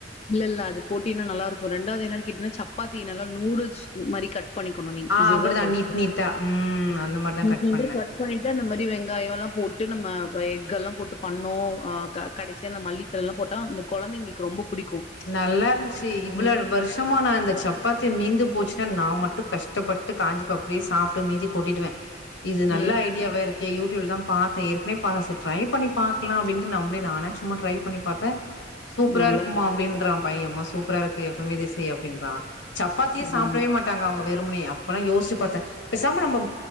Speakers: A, on the left (about 35°); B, on the left (about 75°).
A: இல்ல இல்ல அது போட்டியனா நல்லா இருக்கு ரெண்டாவதுன்னு கேட்டீங்னா சப்பாத்தி நல்லா நூடுல்ஸ் மாரி கட் ட் பன்னிகுங்க
B: ஆ
A: சிஸ்ஸர்ல
B: அப்படிதான் நீட் நீட்டா ம் அந்த மாரிதான்
A: <unintelligible>
B: பண்ணே
A: கட் பன்னிடே வெங்காயோல்லா பொட்டு நம்ம எக் எல்லாம போட்டு பண்ணோம் கடைசியா அந்த மல்லித்த எல்லாம போட்டா அந்த கொழந்தைங்களுக்கு ரொம்ப புடிக்கு
B: நல்லாருந்துச்சு இவ்ளோவு
A: ம்
B: வருஷமோ நா இந்த சப் சப்பாத்தி மீந்து போச்சுன்னா நா மட்டு கஷ்டப்பட்டு காஞ்சிப்ப அப்டியே சாப்பிட்டு மீந்தி கொட்டிடுவே இது நல்ல
A: ம்
B: ஐடியாவெ இருக்கே யூ தான் பேன் ஏற்கனவே ட்ரை பண்ணி பாக்கலான் அப்படின்ட்டு நம்மள நச்சும்மா ட்ரை பி ப பா்த்தே சூப்பரா
A: நல்லா
B: இருக்குமா றான் பையன்ம்மா சூப்பரா இருக்கு எப்பவுமே இதேசெய் அப்படின்றா சப்பாத்திய
A: இருக்கு
B: சாப்பிடவே மாட்டாங்க அவங் வெரும்னே அப்பல்லா யோசி பார்த்தே பேசாம நம்ம